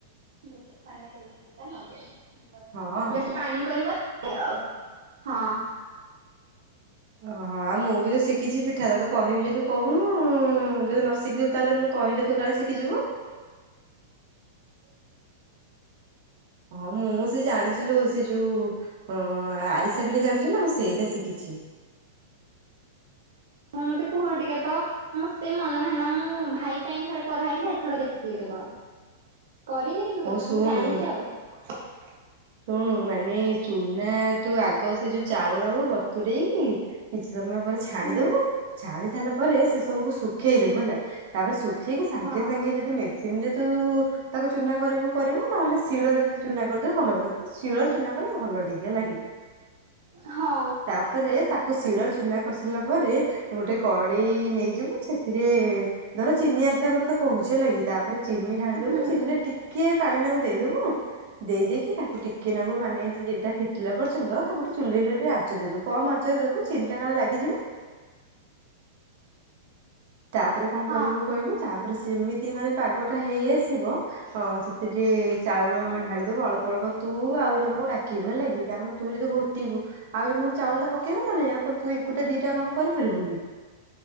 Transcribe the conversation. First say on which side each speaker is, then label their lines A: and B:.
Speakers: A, on the right; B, on the right.
A: ବହୁତୁ ପାଣିଆ କରିବୁନି ତା ନଗେଇବ। <inaudible>
B: ହଁ।
A: ବେଶୀ ପାଣି କରିବ ଆଉ ହଁ
B: ଓହ। ଆଉ ମୁଁ ବି ତ ଶିଖିଚି ପିଠା ତତେ କହିବି ଯଦି କହୁନୁ ଯଦି ନ ଶିଖିଥିବୁ ତାହେଲେ ମୁଁ କହିଲେ ତୁ କାଳେ ଶିଖିଯିବୁ। ହଁ ମୁଁ ସେ ଜାଣିଚିଲ ସେ ଯୋଉ ହଁ ଆରିସା ପିଠା ଜାଣିଚୁନା ମୁଁ ସେଇଟା ଶିଖିଛି।
A: ହଁ ମତେ କୁହ ଟିକେ ତ। ତେ ମନେ ନାହିଁ ନା ମୁଁ ଭାଇ ପାଇଁ ଥରେ କରାହେଇଥିଲା ଏଥର ଦେଖିଥିଲି କେବଳ। କରିନି। କିନ୍ତୁ
B: ହଉ
A: କେବେ
B: ଶୁଣୁ
A: ହେଲେ ଜାଣିଛି
B: ଉଁ
A: ଆଉ
B: ଶୁଣୁ ମାନେ ଚୁନା ତୁ ଆଗ ସେ ଯୋ ଚାଉଳକୁୁ ବତୁରେଇକି କିଛି ସମୟ ପରେ ଛାଣିଦବୁ
A: ହୁଁ
B: ଛାଣି ସାରିଲା ପରେ ସେ ସବୁକୁ ଶୁଖେଇ ଦବୁ ହେଲା। ତାପରେ ଶୁଖେଇକି ସାଙ୍ଗେ
A: ହଁ
B: ସାଙ୍ଗେ ଯଦି ମେସିନି ରେ ତୁ ତାକୁ ଚୁନା କରିବୁ କରିବୁ ନହେଲେ ଶିଳରେ ଯଦି ଚୁନା କରିଦେବ ଭଲ କଥା ଶିଳରେ ଚୁନା କଲେ ଭଲ ଟିକେ ଲାଗେ। <unintelligible>
A: ହଁ।
B: ତାପରେ ତାକୁ ଶିଳରେ ଚୁନା କରିସାରିଲା ପରେ ଗୋଟେ କଡେଇ ନେଇଯିବୁ ସେଥିରେ ଧର ଚିନି ଆରିସା ମୁଁ ତତେ କହୁଚି ହେଲାକି ତାପରେ ଚିନି ଢାଳିଦବୁ
A: ହୁଁ
B: ଚିନିରେ କିଏ ପାଣି ନାକୁ ଦେଇଦବୁ। ଦେଇଦେଇକି ତାକୁ ଟିକେନାକୁ ମାନେ ସେ ଚିନିଟା ଫିଟିଲା ପର୍ଯ୍ୟନ୍ତ ତାକୁ ଚୁଲିରେ ରେ ଆଚ ଦେଇଦବୁ। କମ୍ ଆଚର ଦବୁ ଚିନିଟା କାଳେ ଲାଗିଯିବ। ତାପରେ କଣ
A: ହଁ
B: କରିବୁ କହିଲୁ ତାପରେ ସେମିତି ମାନେ ପାଗ ଟା ହେଇ ଆସିବ। ହଁ ସେଥିରେ ଚାଉଳ ଢାଳିଦବୁ ଅଳ୍ପ ଅଳ୍ପ ତୁ ଆଉ ଜଣଙ୍କୁ ଡାକିବୁ ହେଲାକିି କାରଣ ତୁ ଯଦି ଘୋଟିବୁ ଆଉ ଜଣଙ୍କୁ ଚାଉଳ ଟା ପକେଇବ ନା ନାଇଁ ଆଉ କଣ ତୁ ଏକୁଟିଆ ଦିଟା କାମ କରିପାରିବୁ ବି।